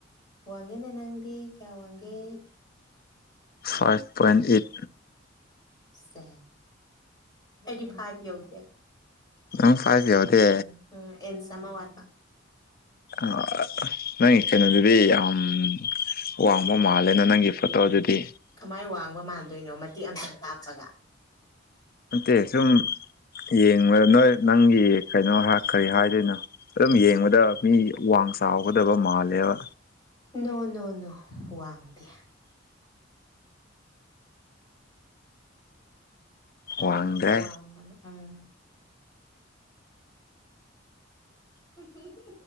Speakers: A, on the left; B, on the left.
A: ꯋꯥꯡꯉꯦꯅꯦ ꯅꯪꯗꯤ ꯀꯌꯥ ꯋꯥꯡꯒꯦ
B: ꯐꯥꯏꯚ ꯄꯣꯏꯟ ꯑꯦꯠ
A: ꯁꯦ ꯑꯩꯇꯤ ꯐꯥꯏꯚ ꯌꯧꯗꯦ
B: ꯅꯪ ꯐꯥꯏꯚ ꯌꯧꯗꯦ
A: ꯎꯝ ꯑꯦꯟ ꯁꯃ ꯋꯥ
B: ꯑ ꯅꯪ ꯀꯩꯅꯣ ꯑꯗꯨꯗꯤ ꯌꯥꯝ ꯋꯥꯡꯕ ꯃꯥꯜꯂꯦꯅ ꯅꯪꯒꯤ ꯐꯣꯇꯣ ꯑꯗꯨꯗꯤ
A: ꯀꯃꯥꯏ ꯋꯥꯡꯕ ꯃꯥꯟꯗꯣꯏꯅꯣ ꯃꯇꯦꯛ ꯑꯃꯝꯇꯪ ꯀꯥꯞꯄꯒ
B: ꯅꯠꯇꯦ ꯁꯨꯝ ꯌꯦꯡꯕꯗ ꯅꯣꯏ ꯅꯪꯒꯤ ꯀꯩꯅꯣ ꯀꯔꯤ ꯍꯥꯏꯗꯣꯏꯅꯣ ꯑꯗꯨꯝ ꯌꯦꯡꯕꯗ ꯃꯤ ꯋꯥꯡ ꯆꯥꯎꯒꯗꯕ ꯃꯥꯜꯂꯦꯕ
A: ꯅꯣꯅꯣꯅꯣ ꯋꯥꯡꯗꯦ ꯀꯥꯏꯗꯒꯤ
B: ꯋꯥꯡꯗ꯭ꯔꯦ
A: ꯋꯥꯡꯕꯅꯣ ꯎꯝ ꯎ